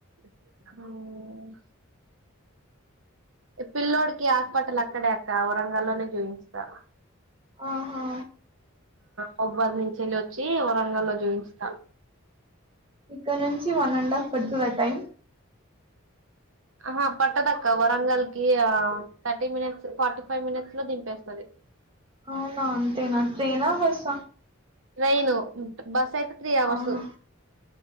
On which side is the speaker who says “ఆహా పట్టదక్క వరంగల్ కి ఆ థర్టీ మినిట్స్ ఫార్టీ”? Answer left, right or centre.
Right